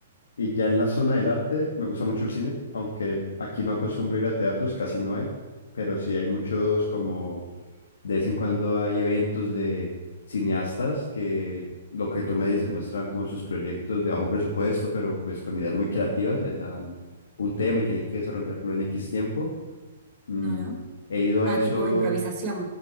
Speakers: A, on the left; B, on the right.
A: Y ya en la zona del arte, me gusta mucho el cine, aunque aquí no acostumbro ir a teatros, casi no hay, pero sí hay muchos como de vez en cuando hay eventos de cineastas que lo que tú me dices muestran como sus proyectos de bajo presupuesto, pero pues con ideas muy creativas, les dan un tema y tienen que desarrollarlo en X tiempo Mm,
B: Claro.
A: he ido a
B: Ah,
A: esos...
B: tipo improvisación.